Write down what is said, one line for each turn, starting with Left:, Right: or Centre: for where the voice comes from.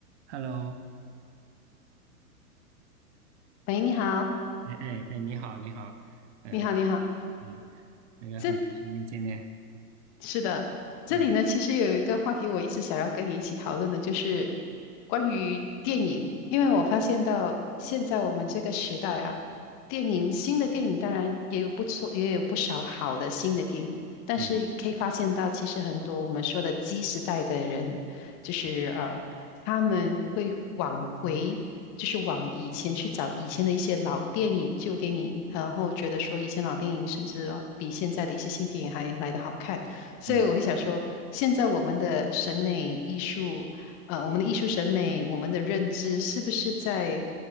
Right: Hello，
Left: 喂，你好，
Right: 哎哎哎，你好，你好，嗯、
Left: 你好，你好。
Right: 嗯，那个很高兴又见面，
Left: 这是的，这里呢，
Right: 嗯
Left: 其实有一个话题我一直想要跟你一起讨论的，就是关于电影，因为我发现到现在我们这个时代啊，电影新的电影当然也有不错，也有不少好的新的电影，但是可以发现到，
Right: 嗯
Left: 其实很多我们说的 Z 时代的人，就是呃，他们会往回。就是往以前去找以前的一些老电影、旧电影，然后觉得说以前老电影甚至呃比现在的一些新电影还来得好看。所以我会想说，
Right: 嗯。
Left: 现在我们的审美艺术，呃，我们的艺术审美，我们的认知，是不是在